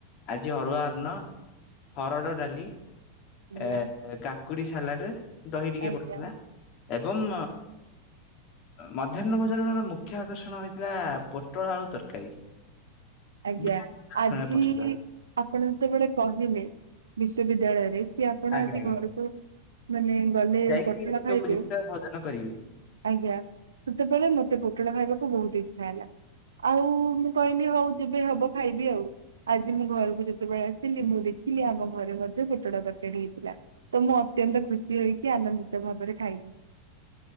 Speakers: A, on the left (about 40°); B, on the right (about 70°).
A: ଆଜି ଅରୁଆ ଅର୍ନ ହରଡ ଡାଲି,
B: ଆଜ୍ଞା
A: ଏ କାକୁଡି ସାଲାଟେ ଦହି ଟିକେ
B: ଆଜ୍ଞା
A: ପଡିଥିଲା। ଏବମ୍ ମଧ୍ୟାହ୍ନ ଭୋଜନର ମୁଖ୍ୟ ଆକର୍ଷଣ ହେଇଥିଲା ପୋଟଳ ଆଳୁ ତରକାରୀ।
B: ଆଜ୍ଞା
A: ବିନା
B: ଆଜି
A: ପସେଇବା
B: ଆପଣ ଯେତେବେଳେ କହିଲେ ବିଶ୍ୱବିଦ୍ୟାଳୟରେ କି ଆପଣ
A: ଆଜ୍ଞା
B: ଆଜି
A: ଆଜ୍ଞା
B: ଘରକୁ ମାନେ ଗଲେ
A: ଯାଇକି
B: ପୋଟଳ ଖାଇବେ।
A: ସବୁ ଜିନିଷ ଭୋଜନ କରିବେ
B: ଆଜ୍ଞା। ସେତେବେଳେ ମତେ ପୋଟଳ ଖାଇବାକୁ ବହୁତ ଇଛା ହେଲା। ଆଉ ମୁଁ କହିଲି ହଉ <unintelligible> ଖାଇବି ଆଉ। ଆଜି ମୁଁ ଘରକୁ ଯେତେବେଳେ ଆସିଲି ମୁଁ ଦେଖିଲି ଆମ ଘରେ ମଧ୍ୟ ପୋଟଳ ତରକାରୀ ହେଇଥିଲା। ତ ମୁଁ ଅତ୍ୟନ୍ତ ଖୁସି ହେଇକି ଆନନ୍ଦିତ ଭାବରେ ଖାଇଲିି।